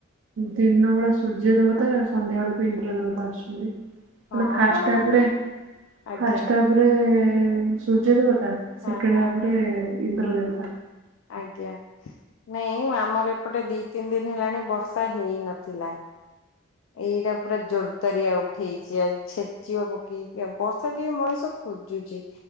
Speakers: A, on the right; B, on the left.
A: ଦିନ ବଳା ସୂର୍ଯ୍ୟ ଦେବତା। ସନ୍ଧ୍ୟାବେଳକୁ ଇନ୍ଦ୍ର ଦେବତା ଆସିଛନ୍ତି।
B: ହଁ
A: ମାନ ଫାଷ୍ଟ ହାପରେ
B: ଆଜ୍ଞା
A: ଫାଷ୍ଟ ହାପରେ ସୂର୍ଯ୍ୟ ଦେବତା।
B: ହଁ
A: ସେକେଣ୍ଡ
B: ହଁ
A: ହାପରେ
B: ହଁ।
A: ଇନ୍ଦ୍ର ଦେବତା।
B: ଆଜ୍ଞା। ନାଇଁ ଆମର ଏପଟେ ଦି ତିନି ଦିନ ହେଲାଣି ବର୍ଷା ହେଇନଥିଲା। ଏଇଟା ପୁରା ଜୋରଦାରିଆ ଉଠେଇଛି ଆ ଛେ ଛେଚିବ ପକେଇକି ବର୍ଷା ଟିଏ ମଣିଷ ଖୋଜୁଛି।